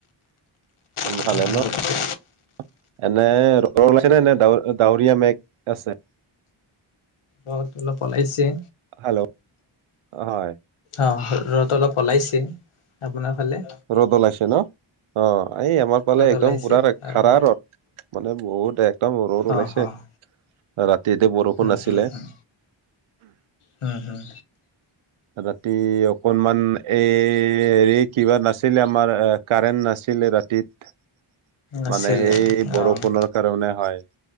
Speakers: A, on the right; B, on the left.
A: মান
B: বৰ্তমান
A: ভালেই ন,
B: বতৰটো
A: এনে ৰদ ওলাইছে নে ডাৱৰ এ ডাৱৰীয়া মেঘ আছে।
B: ৰদ অলপ ওলাইছে।
A: হেল্ল, হয়।
B: অ ৰদ অলপ ওলাইছে, আপোনাৰ ফালে?
A: ৰ'দ ওলাইছে ন, অ এই আমাৰ পালে
B: ৰ'দ
A: একদম
B: ওলাইছে
A: পুৰা
B: আৰু
A: খাৰা ৰ'দ। মানে বহুত এক। একদম ৰ'দ ওলাইছে,
B: অ', অ',
A: ৰাতি ৰাতি বৰষুণ
B: উম,
A: আাছিলে
B: হম, হম, হম, হম
A: ৰাতি অকনমান এ হেৰি কিবা নাছ ছিলে আমাৰ এ কাৰেন্ট নাছিলে ৰাতিত,
B: আছিলে
A: মানে সেই বৰষুণত।
B: অ',
A: কাৰণে হয়।